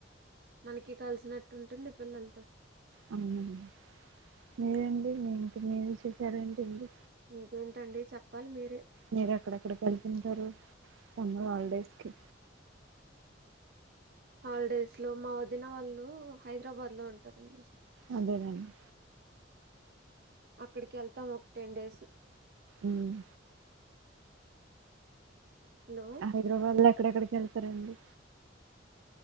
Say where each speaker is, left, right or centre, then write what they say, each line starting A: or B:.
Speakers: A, on the right (about 50°); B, on the right (about 80°).
A: మనకి కలిసినట్టు ఉంటుంది పిల్లలతో
B: అవునండి మీరండి మీ ఇంటి మీ వి చేసారండి ఇడి
A: ఇకేంటండి చెప్పాలి మీరే
B: మీరు ఎక్కడెక్కడ వెళ్తుంటారు సమ్మర్ హాలిడేస్ కి
A: హాలిడేస్ లో మా వదిన వాళ్ళు హైదరాబాద్ లో ఉంటారండి
B: అదేనండి
A: అక్కడికి వెళ్తాం ఒక టెన్ డేస్
B: ఉమ్.
A: హలో
B: హైద్రబాద్ ల ఎక్కడెక్కడికి కెళ్తరండి